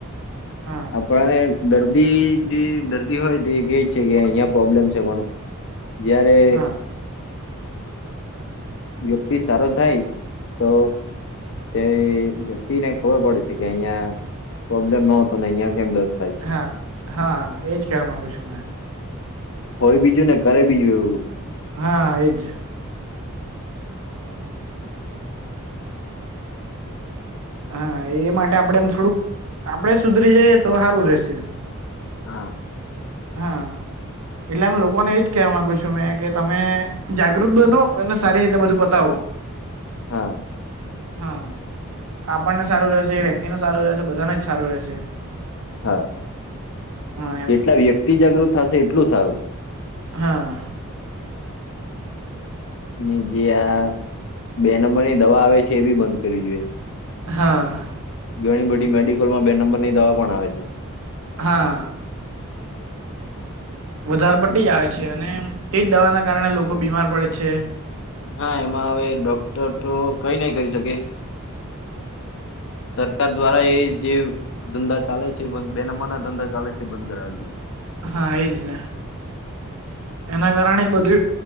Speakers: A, on the right; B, on the left.
A: હા
B: આપણે દર્દી જે દર્દી હોય તે કેય છે કે અહિયાં પ્રોબ્લેમ છે પણ જયારે
A: હા
B: વ્યક્તિ સારો થાય તો તે વ્યક્તિ ને ખબર પડે છે કે અહિયાં પ્રોબ્લેમ ન હતોને અહિયાં કેમ થાય છે.
A: હા હા એજ કેવા માંગુ છું મેં
B: હોય બીજું ને કરે બીજું એવું
A: હા એજ હા એ માટે આપડે એમ થોડુંક આપડે સુધરી જઈએ તો સારું રહેશે
B: હા.
A: હા એટલે લોકોને એજ કહેવા માંગુ છું મેં કે તમે જાગૃત બનો અને સારી રીતે બધું પતાવો
B: હા.
A: હા આપણને સારું રહેશે વ્યક્તિને સારું રહેશે બધાને જ સારું રહેશે
B: હા
A: હા એમ
B: જેટલા વ્યક્તિ જાગૃત થશે એટલું સારું
A: હા.
B: ની જે આ બે નંબરની દવા આવે છે એ બી બંધ કરવી જોઈએ.
A: હા.
B: ઘણી બધી મેડિકલ માં બે નંબર ની દવા પણ આવે છે
A: હા. વધારે પટી આવે છે અને તેજ દવાના કારણે લોકો બીમાર પડે છે.
B: હા એમાં હવે ડોક્ટર તો કઈ નઈ કરી શકે સરકાર દ્વારા એ જે ધંધા ચાલે છે બંધ બે નંબર ના ધંધા ચાલે છે બંધ કરાવ જોઈએ
A: હા એજ ને એના કારણે જ બધી